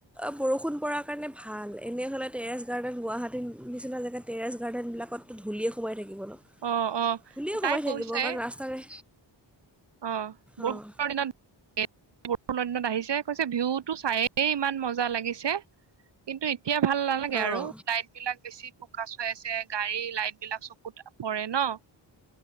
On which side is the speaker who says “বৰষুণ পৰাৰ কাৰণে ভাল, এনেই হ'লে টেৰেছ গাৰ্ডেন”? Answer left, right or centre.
Centre